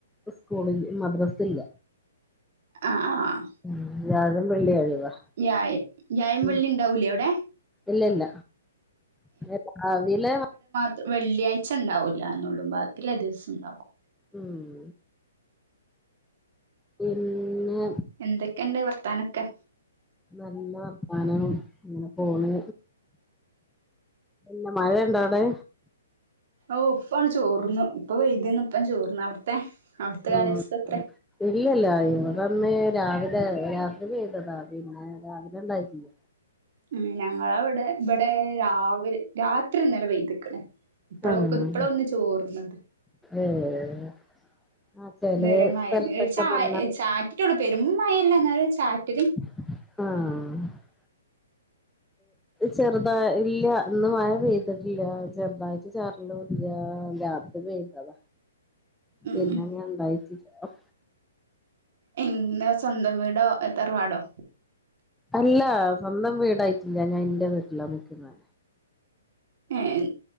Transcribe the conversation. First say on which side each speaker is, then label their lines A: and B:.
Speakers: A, in the centre; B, on the right (about 45°).
A: സ്കൂളിൽ മദ്രസില്ല.
B: ആഹ് ആഹ്.
A: ഉം വ്യാഴം വെള്ളി ഒഴിവാ
B: ഞായം ഞായം
A: ഉം
B: വെള്ളി ഇണ്ടാവൂലേ അവ്ടെ?
A: ഇല്ലല്ല. പിന്നെ രാവിലെ മ
B: ത് വെള്ളിയാഴ്ച ഉണ്ടാവൂല്ലാന്നൊള്ളു ബാക്കിള്ളെ ദിവസും ണ്ടാകും.
A: ഉം പിന്നെ
B: എന്തൊക്കെണ്ട് വർത്താനൊക്കെ?
A: നല്ല വർത്താനം ഇങ്ങനെ പോണ്. പിന്നെ മഴണ്ടോ അവ്ടെ?
B: ഔഹ്. ഇപ്പാണ് ചോർന്നു ഇപ്പൊ വെയ്തിന്നു ഇപ്പൻ ചോർന്നു. അവ്ട്ത്തെ അവ്ട്ത്തെ
A: ഉം
B: കാലാവസ്ഥ എത്രേ?
A: ഇല്ലല്ല യിവടന്ന് രാവിലെ രാത്രി പെയ്തതാ പിന്നെ രാവിലെ ഇണ്ടായിട്ടില്ല.
B: ഉം ഞങ്ങളവടെ ഇബടെ രാവില് രാത്രി ഇന്നലെ പെയ്ത് ക്ക്ണ്. ഇപ്പളോ
A: ആഹ്
B: ക്ക്‌ ഇപ്പളാ ഒന്ന് ചോർന്നത്.
A: ഏ ആ ചെലെ
B: ഇതു വരെ മഴ
A: സ്ഥലത്തൊക്കെ
B: ഒര് ചാ
A: നല്ല
B: ചാറ്റിട്ടൊള്ളൂ പെരുമ്മഴല്ല ന്നാലൊരു ചാറ്റല്
A: ആഹ്. ചെറുത ഇല്ല ഇന്ന് മയ പെയ്തിട്ടില്ല ചെറുതായിട്ട് ചാർണുല്ല രാ ത്രി പെയ്തെത.
B: ഉം
A: പിന്നങ്ങ ണ്ടായിട്ടില്ല.
B: എഹ് ന്നളെ സ്വന്തം വീടോ തറവാടോ?
A: അല്ല സ്വന്തം വീടായിട്ടില്ല ഞാൻ ഇന്റെ വീട്ടിലാ നിക്ക്ന്നെ.
B: ഏഹ്ൻ